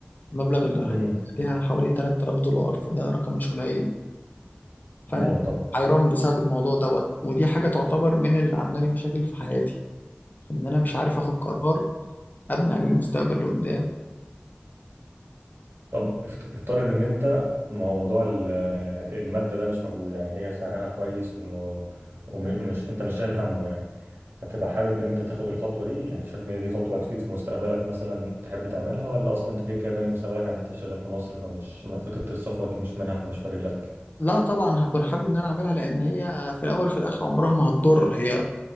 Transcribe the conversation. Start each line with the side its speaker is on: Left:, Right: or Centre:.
Left: المبلغ اللي هي-
Right: امم
Left: عليها حوالي 3000 دولار فده رقم مش قليل فأنا
Right: ايوه طبعا
Left: حيران بسبب الموضوع دوت ودي حاجة تعتبر من اللي عاملة لي مشاكل في حياتي إن أنا مش عارف آخد قرار أبني عليه المستقبل اللي قدام
Right: طب افت- افترض ان انت ما هو موضوع ال- آه، الماده ده مش موجود يعني هي سعرها كويس وم- ومش انت مش شايل همه يعني هتبقى حابب ان انت تاخد الخطوه دي يعني شايف ان هي دي خطوه هتفيد في مستقبلك مثلا تحب تعملها ولا اصلا انت كده كده باني مستقبلك عن انت شغال في مصر فمش خطه السفر دي مش منها فمش فارق لك
Left: لا طبعا هكون حابب ان انا اعملها لان هي في الاول في الاخر عمرها ما هتضر هي